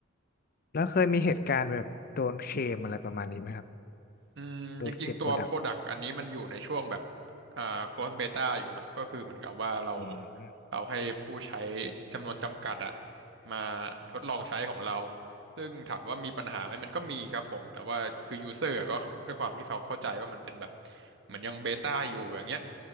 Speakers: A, on the left; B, on the right.
A: แล้วเคยมีเหตุการณ์แบบโดนเคลมอะไรประมาณนี้ไหมครับ
B: อืมจริงๆตัว
A: โดนเคลมโปรดักต์
B: Product อันนี้มันอยู่ในช่วงแบบอ่า closed beta อยู่เนาะก็คือเหมือนกับว่าเรา
A: อืม
B: เราให้ผู้ใช้จำนวนจำกัดอะมาทดลองใช้ของเราซึ่งถามว่ามีปัญหาไหมมันก็มีครับผมแต่ว่าคือ user อะก็ด้วยความที่เขาเข้าใจว่ามันเป็นแบบเหมือนยังเบต้าอยู่อย่างเงี้ย